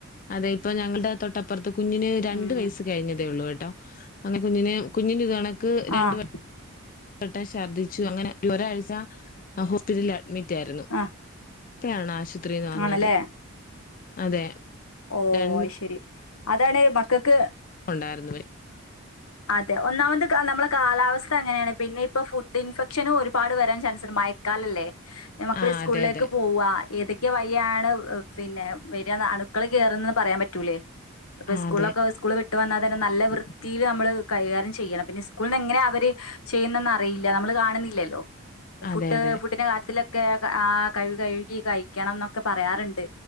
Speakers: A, on the left; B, on the left.
A: അതെ ഇപ്പൊ ഞങ്ങളുടെ തൊട്ടപ്പുറത്തും കുഞ്ഞിന് രണ്ടു
B: ഉം
A: വയസ്സ് കഴിഞ്ഞതേ ഉള്ളൂ ട്ടോ അങ്ങനെ കുഞ്ഞിന് കുഞ്ഞിന് നക്ക് രണ്ട്
B: ആഹ്
A: പട്ട ശർദ്ദിച്ചു അങ്ങനെ ഈ ഒരാഴ്ച ഹോസ്പിറ്റലിൽ അഡ്മിറ്റ് ആയിരുന്നു
B: ആഹ്
A: പ്പഴാണ ആശുപ ഇത്രം നടന്നത്
B: ആണല്ലേ
A: അതെ
B: ഓ
A: ര
B: അത് ശരി അതാണ് ഇക്കക്ക്
A: ഉണ്ടായിരുന്നുല്ലേ
B: അതെ ഒന്നാമത് കാ നമ്മളെ കാലാവസ്ഥ അങ്ങനെയാണ് പിന്നെ ഇപ്പൊ ഫുഡ് ഇൻഫെക്ഷനും ഒരുപാട് വരാൻ ചാൻസുണ്ട് മയക്കാല അല്ലേ മക്കളെ
A: ആ
B: സ്കൂളിലേക്ക്
A: അതെ അതെ
B: പോവ ഏതൊ രെ വയ്യാണ് പിന്നെ വര്യാന്നാ മക്കള് കേറുന്നന്ന് പറയാൻ പറ്റൂലേ അപ്പൊ
A: ആ
B: സ്കൂളൊക്കെ
A: അതെ
B: അവര് സ്കൂ ഇട്ട് വന്നാ തന്നെ നല്ല വൃത്തിയിലാ നമ്മള് കൈകാര്യം ചെയ്യണം പിന്നെ സ്കൂളന് എങ്ങനെ അവര് ചെയ്യുന്നന്ന് അറിയില്ല നമ്മള് കാണുന്നില്ലല്ലോ ഫുഡ്
A: അതെ അതെ
B: പുട്ടിനെ കാത്തി ക്കെ കേ ആ കയ്യ് കഴുകി കഴിക്കണം എന്നൊക്കെ പറയാറുണ്ട്